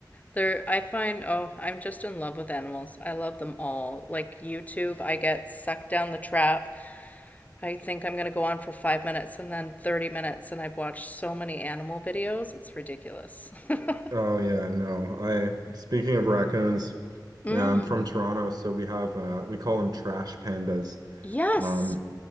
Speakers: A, on the left (about 20°); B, on the right (about 60°).
A: There, I find, oh, I'm just in love with animals. I love them all. Like YouTube, I get sucked down the trap. I think I'm gonna go on for five minutes and then 30 minutes, and I've watched so many animal videos. It's ridiculous. <laughs>
B: Oh yeah, no. I speaking of raccoons,
A: Mm.
B: yeah, I'm from Toronto, so we have uh we call them trash pandas.
A: Yes.
B: Um,